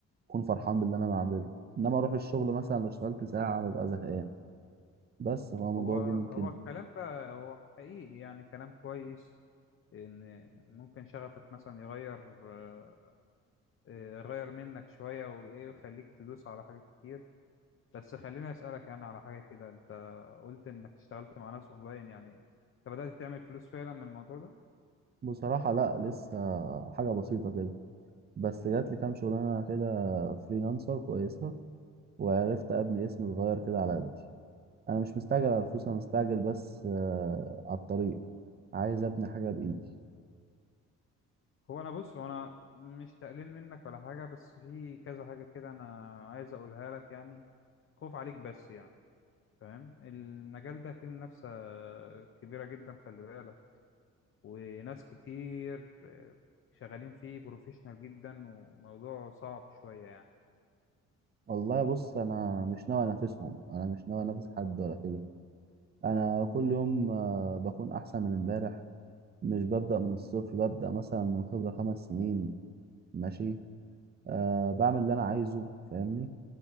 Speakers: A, on the right; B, on the left.
A: بكون فرحان باللي أنا بعمله إنما أروح الشغل مثلا لو اشتغلت ساعة ببقى زهقان بس هو الموضوع
B: هو
A: جه من كده
B: هو الكلام ده هو حقيقي يعني كلام كويس ان ممكن شغفك مثلا يغير آه، يغير منك شوية وايه ويخليك تدوس على حاجات كتير بس خليني اسألك يعني على حاجة كده انت قلت انك اشتغلت مع ناس اونلاين يعني انت بدأت تعمل فلوس فعلا من الموضوع ده
A: بصراحة لأ لسه حاجة بسيطة كده بس جاتلي كام شغلانة كده فريلانسر كويسة وعرفت أبني اسم صغير كده على قدي انا مش مستعجل على الفلوس انا مستعجل بس آه، على الطريق عايز ابني حاجه بايدي
B: هو انا بص وانا مش تقليل منك ولا حاجة بس في كذا حاجة كده انا عايز اقولها لك يعني خوف عليك بس يعني فاهم المجال ده فيه منافسة كبيرة جدا خلي بالك وناس كتير آه، شغالين فيه بروفيشنال جدا وموضوع صعب شوية يعني
A: والله بص انا مش ناوي انافسهم انا مش ناوي انافس حد ولا كده انا كل يوم آه، بكون احسن من امبارح مش ببدا من الصفر ببدا مثلا من خبره خمس سنين ماشي أه بعمل اللي انا عايزه فاهمني